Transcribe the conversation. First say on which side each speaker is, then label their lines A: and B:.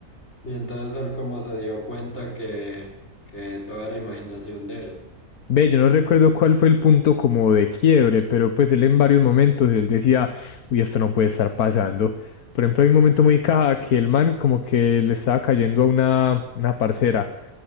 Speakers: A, on the left (about 45°); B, on the left (about 75°).
A: Y entonces él como se dio cuenta que, que todo era imaginación de él.
B: Ve, yo no recuerdo cuál fue el punto como de quiebre, pero pues él en varios momentos él decía, uy, esto no puede estar pasando. Por ejemplo, hay un momento muy caja que el man como que le estaba cayendo a una, una parcera